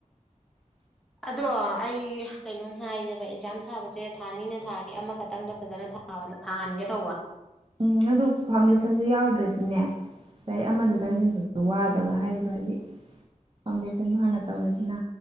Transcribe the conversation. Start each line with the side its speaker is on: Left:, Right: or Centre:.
Centre: ꯑꯗꯣ ꯑꯩ ꯀꯩꯅꯣꯝ ꯍꯥꯏꯒꯦꯕꯥ ꯑꯦꯛꯖꯥꯝ ꯊꯥꯕꯁꯦ ꯊꯥꯅꯤꯅ ꯊꯥꯔꯗꯤ ꯑꯃꯈꯛꯇꯪꯗ ꯐꯖꯅꯥ ꯊꯥꯍꯟꯒꯦ ꯇꯧꯕꯥ
Right: ꯎꯝ ꯑꯗꯨ ꯐꯥꯎꯟꯗꯦꯁꯟꯗꯨ ꯌꯥꯎꯗ꯭ꯔꯗꯤꯅꯦ ꯂꯥꯏꯔꯤꯛ ꯑꯃꯗꯨ
Centre: ꯎꯝ
Right: ꯆꯪꯁꯤꯟꯕꯥꯗꯨ ꯋꯥꯗꯧꯔꯥ ꯍꯥꯏꯔꯤꯕ ꯍꯥꯏꯗꯤ ꯐꯥꯎꯟꯗꯦꯁꯟꯗꯣ ꯍꯥꯟꯅ ꯇꯧꯔꯁꯤꯅ